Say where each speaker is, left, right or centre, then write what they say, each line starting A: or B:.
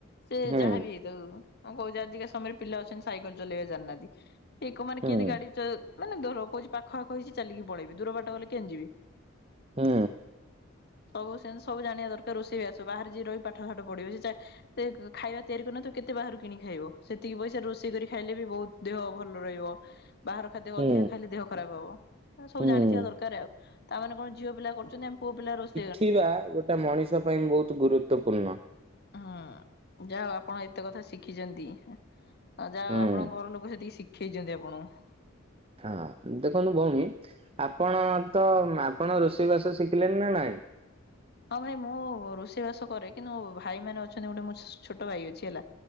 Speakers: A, on the left; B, on the right.
A: ସେ
B: ହୁଁ
A: ଯାହାବି ହେଇଥାଉ। ମୁଁ କହୁଛି ଆଜିକା ସମୟରେ ପିଲା ଅଛନ୍ତି ସାଇକଲ ଚଲେଇବା ଜାଣିନାହାନ୍ତି, ସେ କ ମାନେ
B: ହୁଁ
A: କେମିତି ଗାଡ଼ି ଚ ମାନେ ଧର କହୁଛି ପାଖ ଆଖ ହେଇଚି ଚାଲିକି ପଳେଇବି ଦୂର ବାଟ ଗଲେ କେମିତି ଯିବି?
B: ହୁଁ
A: ସବୁ ସେମିତି ସବୁ ଜାଣିବା ଦରକାର ରୋଷେଇ ବାସ, ବାହାରେ ଯିଏ ରହି ପାଠ ସାଠ ପଢ଼ିବେ ସେ ଚା ସେ ଖାଇବା ତିଆରି କରିନଥିବ କେତେ ବାହାରୁ କିଣି ଖାଇବ, ସେତିକି ପଇସା ରୋଷେଇ କରି ଖାଇଲେ ବି ବହୁତ। ଦେହ ଭଲ ରହିବ, ବାହାର ଖାଦ୍ୟ
B: ହୁଁ
A: ଅଧିକା ଖାଇଲେ ଦେହ ଖରାପ ହବ। ସବୁ
B: ହୁଁ।
A: ଜାଣିଥିବା ଦରକାର ଆଉ, ତାମାନେ କଣ ଝିଅ ପିଲା କରୁଛନ୍ତି ଆମେ ପୁଅ ପିଲା ରୋଷ
B: ଖିବା ଗୋଟେ ମଣିଷ ପାଇଁ ବହୁତ ଗୁରୁତ୍ୱପୂର୍ଣ୍ଣ।
A: ହୁଁ ଯାହଉ ଆପଣ ଏତେ କଥା ଶିଖିଛନ୍ତି। ଆଉ ଯାହଉ
B: ହୁଁ
A: ଆପଣଙ୍କ ଘରଲୋକ ସେତିକି ଶିଖେଇଛନ୍ତି ଆପଣଙ୍କୁ।
B: ହଁ ଦେଖନ୍ତୁ ଭଉଣୀ ଆପଣ ତ ଆପଣ ରୋଷେଇ ବାସ ଶିଖିଲେନି ନା ନାଇଁ?
A: ହଁ ଭାଇ ମୁଁ ରୋଷେଇ ବାସ କରେ କିନ୍ତୁ ଭାଇ ମାନେ ଅଛନ୍ତି ଗୋଟେ ମୋ ଛୋଟ ଭାଇ ଅଛି ହେଲା।